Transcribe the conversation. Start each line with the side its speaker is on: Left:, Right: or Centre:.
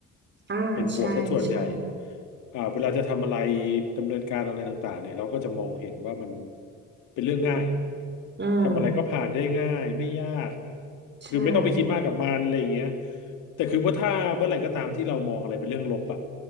Right: อ่าใช่ใช่
Left: เป็นบวกซะส่วนใหญ่อ่าเวลาจะทำอะไรดำเนินการอะไรต่างๆเนี่ยเราก็จะมองเห็นว่ามันเป็นเรื่องง่าย
Right: อืม
Left: ทำอะไรก็ผ่านได้ง่ายไม่ยาก
Right: ใช่
Left: คือไม่ต้องไปคิดมากกับมันอะไรอย่างเงี้ยแต่คือว่าถ้าเมื่อไหร่ก็ตามที่เรามองอะไรเป็นเรื่องลบอะ